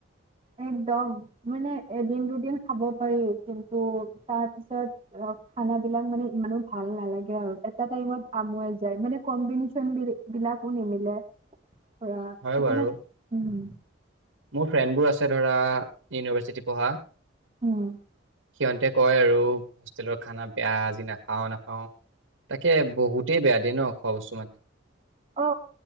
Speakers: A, on the right; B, on the right.
A: একদম মানে এদিন দুদিন খাব পাৰি কিন্তু তাৰ পিছত খানাবিলাক মানে ইমানো ভাল নালাগে আৰু এটা টাইমত আমনি লাগি যায় মানে কম্বিনেশ্যন বি বিলাকো নিমিলে। ৰা সেইকাৰনে
B: হয় বাৰু
A: উম।
B: মোৰ ফ্ৰেণ্ডবোৰ আছে ধৰা ইউনিভাৰ্চিটি পঢ়া।
A: উম।
B: সিহতে কয় আৰু হোষ্টেলৰ খানা বেয়া আজিনাাখাও নাখাও তাকে বহুতেই বেয়া দিয়ে ন খোৱা বস্তু মানে।
A: অ